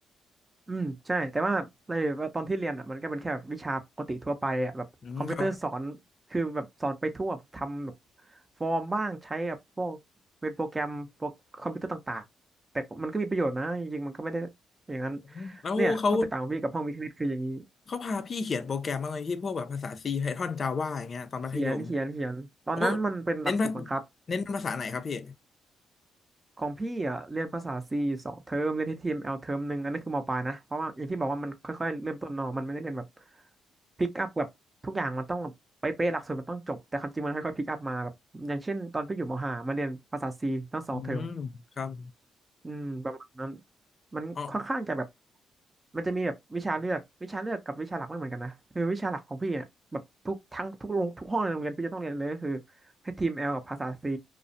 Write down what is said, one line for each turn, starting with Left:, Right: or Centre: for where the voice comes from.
Right: อืมใช่แต่ว่าในตอนที่เรียนอ่ะมันก็เป็นแค่แบบวิชาปกติทั่วไปอ่ะแบบคอมพิวเตอร์สอนคือแบบสอนไปทั่วแบบทำแบบ
Left: อืมครับ
Right: ฟอร์มบ้างใช้แบบพวกเป็นโปรแกรมโปรคอมพิวเตอร์ต่างๆแต่มันก็มีประโยชน์นะจริงๆมันก็ไม่ได้อย่างนั้น
Left: อืมแล้วเขา
Right: เนี่ยข้อแตกต่างของพี่กับห้องวิทย์คณิตคืออย่างนี้
Left: เขาพาพี่เขียนโปรแกรมบ้างไหมพี่พวกแบบภาษา C Python Java อย่างเงี้ยตอนมัธยม
Right: เขียนเขียนเขียนตอนนั้นมันเป็นหลักสูตรบังคับ
Left: โอ้เน้นภาเน้นเป็นภาษาไหนครับพี่
Right: ของพี่อ่ะเรียนภาษาซีสองเทอมเรียนที่ทีมเอลเทอมหนึ่งอันนั้นคือมปลายนะเพราะว่าอย่างที่บอกว่ามันค่อยๆเริ่มต้นเนอะมันไม่ได้เรียนแบบพิกอัพแบบทุกอย่างมันต้องแบบเป๊ะๆหลักสูตรมันต้องจบแต่ความจริงมันค่อยๆพิกอัพมาแบบอย่างเช่นตอนพี่อยู่มห้ามาเรียนภาษาซีทั้งสองเทอม
Left: อืมครับ
Right: อืมประมาณนั้นมันค่อนข้างจะแบบ
Left: อ๋อ
Right: มันจะมีแบบวิชาเลือกวิชาเลือกกับวิชาหลักไม่เหมือนกันนะคือวิชาหลักของพี่อ่ะแบบทุกทั้งทุกโรงทุกห้องในโรงเรียนพี่จะต้องเรียนเลยก็คือให้ทีมเอลกับภาษาซี